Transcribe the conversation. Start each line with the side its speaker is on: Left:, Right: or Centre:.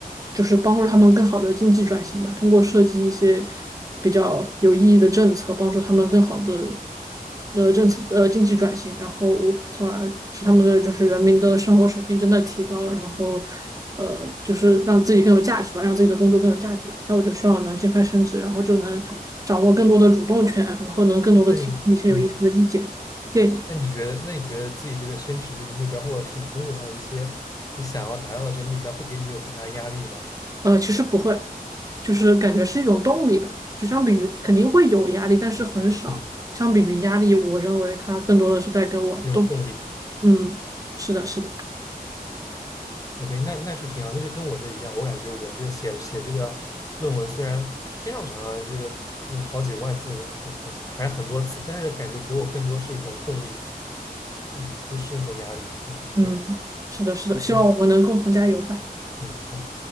Right: 就是帮助他们更好的经济转型吧，通过设计一些比较有意义的政策，帮助他们更好的的政策呃经济转型，然后从而使他们的就是人民的生活水平真的提高，然后呃就是让自己更有价值吧，让自己的工作更有价值。那我就希望能尽快升职，然后就能掌握更多的主动权，然后能更多的提出一些有意思的意见建议。
Left: 那你，嗯，那你觉得，那你觉得自己这个升职这个目标，或者是你工作上的这些你想要达到的这些目标，会给你有很大的压力吗？
Right: 呃，其实不会，就是感觉是一种动力吧。就相比于肯定会有压力，但是很少。
Left: 嗯，
Right: 相比于压力，我认为它更多的是带给我动力。
Left: 这种动力。
Right: 嗯，是的，是的，
Left: OK，那那是挺好，那就跟我这一样，我感觉我这写写这个论文，虽然听上去好像这个这是好几万字呢，不是好几，反正很多字，但是感觉给我更多是一种动力，嗯，不是那种压力。嗯，
Right: 嗯，
Left: 对
Right: 是的，是的。
Left: ，OK，
Right: 希望我们能共同加油吧。
Left: 嗯，好。